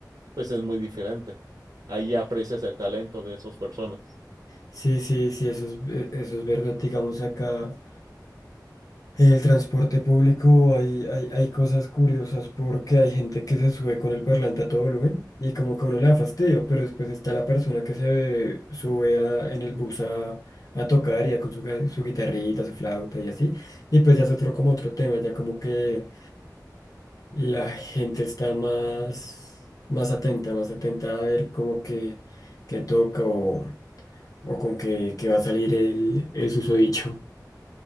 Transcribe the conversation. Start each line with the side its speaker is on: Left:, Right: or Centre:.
Right: pues es muy diferente. Ahí aprecias el talento de esas personas.
Left: Sí, sí, sí, eso es, eh, eso es verdad, digamos acá. En el transporte público hay, hay, hay cosas curiosas porque hay gente que se sube con el parlante a todo volumen y como que a uno le da fastidio, pero después está la persona que se sube a- en el bus a, a tocar ya con su, ga- su guitarrita, su flauta y así. Y pues ya es otro como otro tema, ya como que la gente está más, más atenta, más atenta a ver como que, que toca o, o con que, que va a salir el, el susodicho.